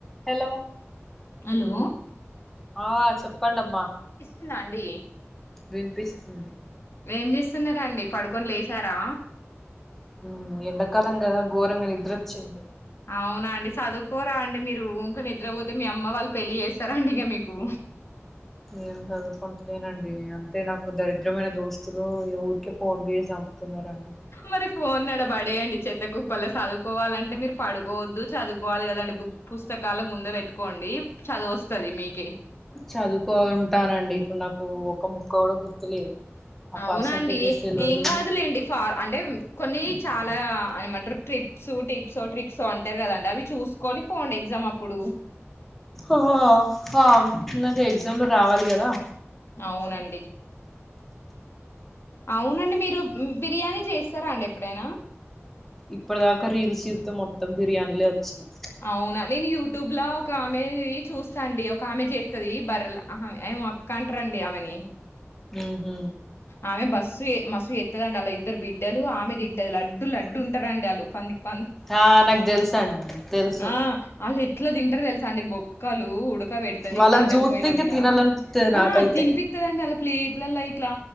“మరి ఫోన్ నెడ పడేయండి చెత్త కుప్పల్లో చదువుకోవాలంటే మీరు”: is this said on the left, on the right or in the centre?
Left